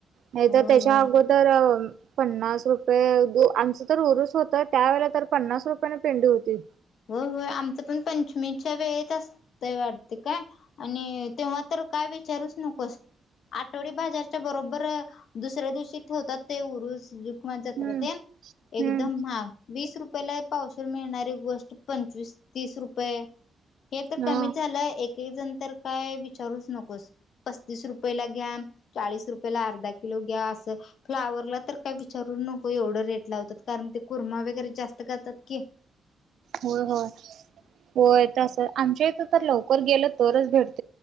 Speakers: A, on the right; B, on the left.
A: नाही
B: होय
A: तर त्याच्या
B: होय
A: अगोदरअ, पन्नास रुपये दू आमचं तर उरुस होत त्यावेेला तर पन्नास रुपयाने पेंडी होती.
B: होय होय आमचं पण पंचमीच्या वेळेत असतय वाटत काय आणि तेव्हा तर, काय विचारूच नकोस आठवडी बाजारच्या बरोबर दुसऱ्या दिवशी ठेवतात. ते उरूस, कुमान जत्रात्यानं
A: हम्म
B: एकदम
A: हम्म
B: महाग वीस रुपयाला पावशेर मिळणारी गोष् पंचवीस तीस रुपये हे तर कमी
A: हा
B: झालंय एक एक जण, तर काय विचारूच नकोस पसतीस रुपयला घ्यास चास रुपला अर्धा किलो घ्यास, त फ्लावरला तर काय विचारू नको एवढं रेट लावतात कारण ते कुर्मा वगैरे जास्त करतात की,
A: होय होय होय तस आमच्या इथ तर लवकर गेलं तरच भेट